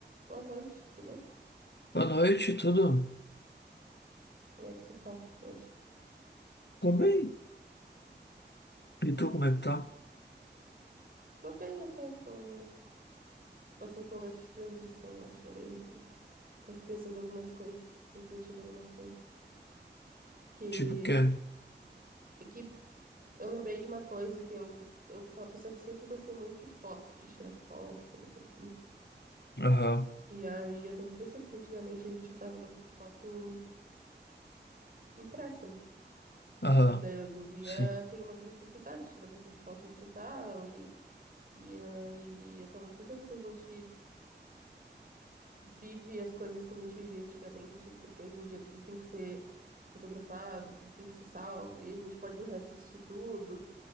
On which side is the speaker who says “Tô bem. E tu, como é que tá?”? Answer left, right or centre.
Left